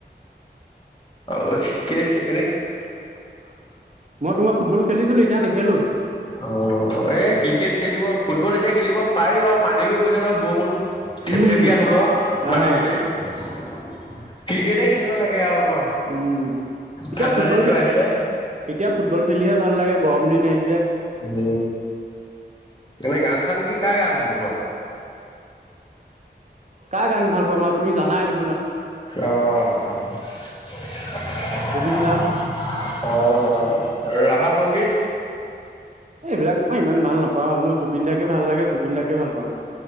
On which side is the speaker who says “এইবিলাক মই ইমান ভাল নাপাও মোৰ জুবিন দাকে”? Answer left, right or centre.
Right